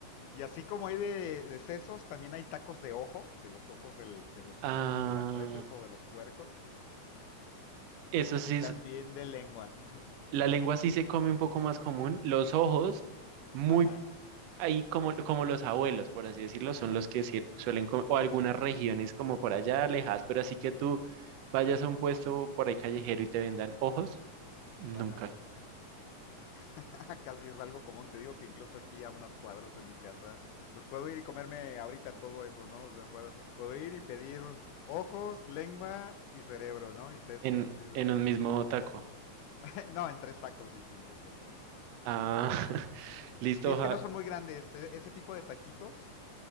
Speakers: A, on the left (about 85°); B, on the right (about 85°).
A: Y así como hay de, de sesos, también hay tacos de ojo, de los ojos del, de los,
B: Ah,
A: de las reses o de los puercos,
B: eso sí,
A: y
B: es-
A: también de lengua. <laughs>
B: la lengua sí se come un poco más común. Los ojos, muy
A: Ajá,
B: ahí como, como los abuelos, por así decirlo, son los que sí suelen comer, o algunas regiones como por allá alejadas pero así que tú vayas a un puesto por ahí callejero y te vendan ojos, nunca.
A: ajá. <laughs> Casi es algo común, te digo que incluso aquí a unas cuadras de mi casa, pues puedo ir y comerme ahorita todo eso, ¿no? O sea, puedo, puedo ir y pedir ojos, lengua y cerebro, ¿no? Y sesos
B: En,
A: así de...
B: en un mismo taco.
A: <laughs> no, en tres tacos distintos, por supuesto.
B: Ah, <laughs> listo,
A: Si es
B: ja,
A: que no son muy grandes, e- ese tipo de taquitos,